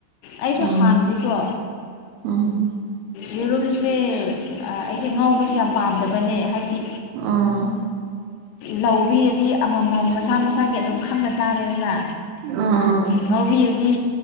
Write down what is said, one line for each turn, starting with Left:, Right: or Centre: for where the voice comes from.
Left: ꯑꯩꯁꯨ
Right: ꯎꯝ
Left: ꯍꯥꯟꯅꯗꯤꯀꯣ
Right: ꯎꯝ
Left: ꯌꯦꯔꯨꯝꯁꯦ ꯑꯩꯁꯦ ꯉꯥꯎꯁꯦ ꯌꯥꯝ ꯄꯥꯝꯗꯕꯅꯦ ꯍꯥꯏꯕꯗꯤ
Right: ꯑꯣ
Left: ꯂꯧꯕꯤꯔꯗꯤ ꯑꯃꯃꯝ ꯃꯁꯥ ꯃꯁꯥꯒꯤ ꯑꯗꯨꯝ ꯈꯪꯅ ꯆꯥꯔꯦꯗꯅ
Right: ꯑ
Left: ꯉꯧꯕꯤꯔꯗꯤ